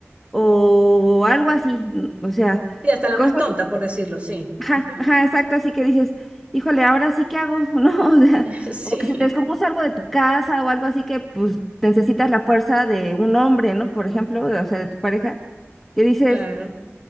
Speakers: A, in the centre; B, on the right.
A: O algo así. n- O sea,
B: Sí, hasta la
A: cosas,
B: más tonta, por decirlo, sí.
A: ajá,
B: Ujú.
A: ajá, exacto, así que dices, híjole, ahora sí que hago, <laughs> ¿no? O sea,
B: <laughs> Sí,
A: o que se te descompuso algo de tu casa o algo así que pues necesitas la fuerza de un hombre, ¿no? Por ejemplo, o sea, de tu pareja, que dices.
B: claro.